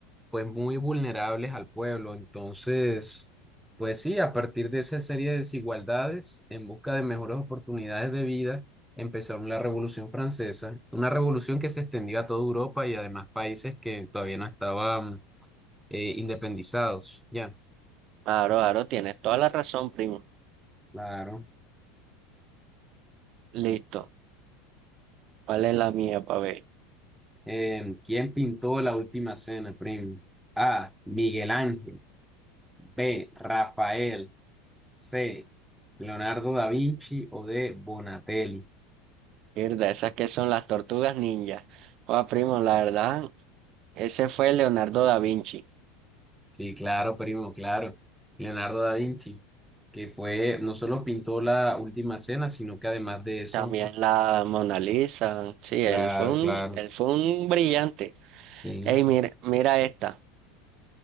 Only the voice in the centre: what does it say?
pues muy vulnerables al pueblo. Entonces, pues sí, a partir de esa serie de desigualdades, en busca de mejores oportunidades de vida, empezaron la Revolución Francesa, una revolución que se extendió a toda Europa y además países que todavía no estaban eh, independizados. Ya,
claro.
Eh, ¿quién pintó La Última Cena, primo? A. Miguel Ángel. B. Rafael. C. Leonardo da Vinci o D. Bonatelli.
Sí, claro, primo, claro. Leonardo da Vinci, que fue, no solo pintó la Última Cena, sino que además de eso,
claro,
claro,
sí.